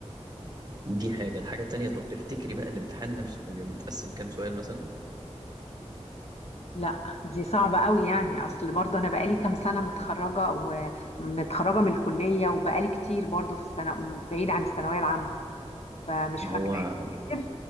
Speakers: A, on the right; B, on the left.
A: دي حاجة الحاجة التانية طب تفتكري بقى الامتحان نفسه كان بيبقى متقسم كام سؤال مثلا؟
B: لا دي صعبة قوي يعني أصل برضه أنا بقالي كام سنة متخرجة ومتخرجة من الكلية وبقالي كتير برضه في السنة بعيد عن الثانوية العامة فمش
A: ما
B: فاكرة
A: هو
B: كتير